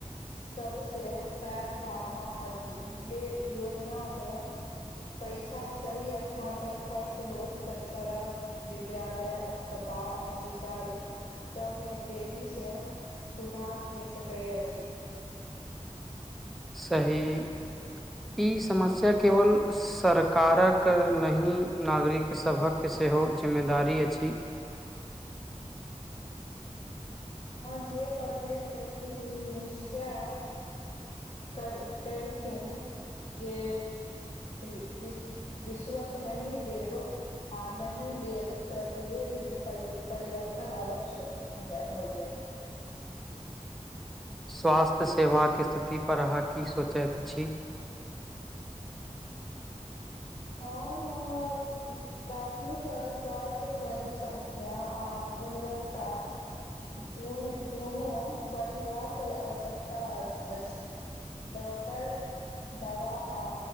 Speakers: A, on the left (about 60°); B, in the centre.
A: सबसे पैघ बाधा अछि जे योजन केय पैसा सही स्थान पर खर्च होत त सड़क विद्यालय अस्पताल आ सिंचाई सब मे तेजी स सुधार भ सकैतअछि
B: सही ई समस्या केवल सरकारक नहि नागरिक सभक सेहो जिम्मेदारी अछि
A: हां जे प्रत्येक व्यक्ति ई निश्चय कर करथिन जे इ रिश्वत नहीं देव आ नहि लेब त धीरे धीरे परि परिवर्तन अवश्य जाय होइ जाइ
B: स्वास्थ्य सेवाक स्थितिपर अहाँ की सोचैत छी
A: गाँव मेंऽ प्राथमिक स्वास्थ्य केन्द्र संख्य आ गुणवत्ता दुन दूनों बढ़बाक आवश्यकता अछ अछि डॉक्टर दवा आ